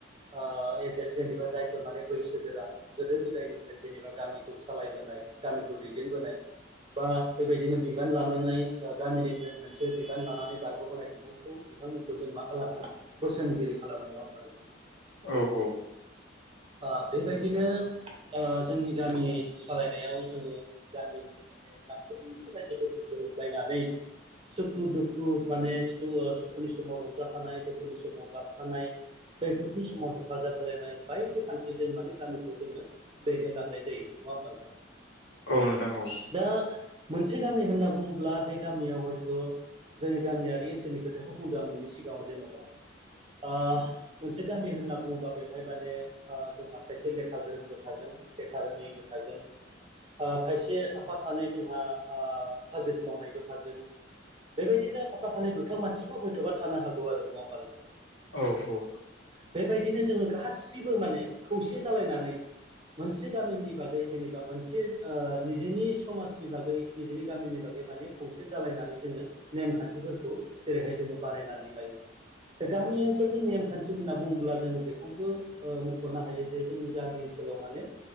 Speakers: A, on the right; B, on the left.
A: ओ एजेट जेनेबा जायफोर माने बैसोगोरा गोदो-गोदायनि ओमफ्राय जेनेबा गामिखौ सालायबोनाय गामिखौ दैदेनबोनाय। बा बेबायदिनो बिबान लानानै गामिनि मोनसे बिबान लानानै बारग'बोनाय बिथांखौ बिथांमोनखौ जों मा खालामो बोसोनगिरि खालामो नङा होनबा नोंथां।
B: औ औ।
A: ओ बेबायदिनो ओ जोंनि गामि सालायनायाव जोङो गामिनि माने गासैबो रायजोफोरजों गोरोबलायनानै सुखु-दुखु मानेु सुखुनि समाव रंजाफानाय दुखुनि समाव गाबफानाय खैफोदनि समाव हेफाजाब होलायनाय बायदि खान्थिजों माने गामिखौ जोङो दैदेनलांनाय जायो नङा होमबा नोंथां।
B: औ नोंथां औ
A: दा मोनसे गामि होनना बुङोब्ला बे गामियाव हयथ' जोंनि गामियारि ओनसोलनि खोथाखौ बुंदों आं नोंनि सिगाङाव जेन'बा। ओ मोनसे गामि होनना बुङोबा बेवहाय माने ओ जोंहा खायसे लेखा गोरोंबो थागोन लेखा रोङैबो थागोन। ओ खायसे साफा सानै जोंहा ओ सारभिस मावनायबो थागोन। बेबायदिनो खाफा-खानै दुथां मानसिबो हयथ'बा थानो हागौ आरो नङा होमबा नोंथां।
B: औ औ
A: बेबायदिनो जोङो गासिबो माने खौसे जालायनानै मोनसे गामिनि बागै जेनेबा मोनसे ओ निजिनि समाजनि बागै निजिनि गामिनि बागै माने खौसे जालायनानै जोङो नेमखान्थिफोरखौ जेरैहाय जोङो बानायनानै लायो। दा गामि ओनसोलनि नेमखान्थि होनना बुङोब्ला जोङो बेखौबो ओ मख'नो हायो जे जोंनि गामि ओनसोलाव माने